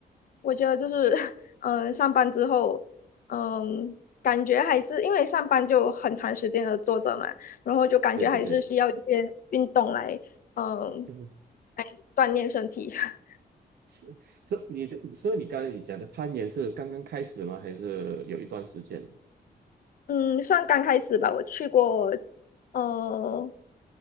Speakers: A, on the left; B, on the right.
A: 我觉得就是，<laughs> 嗯，上班之后，嗯，感觉还是因为上班就很长时间的坐着嘛，然后就感觉还是需要一些运动来，
B: 对对对，
A: 嗯，
B: 嗯，
A: 锻炼身体。<laughs>
B: 是是你的，所以你刚才你讲的攀岩是刚刚开始吗？还是有一段时间？
A: 嗯，算刚开始吧，我去过，嗯，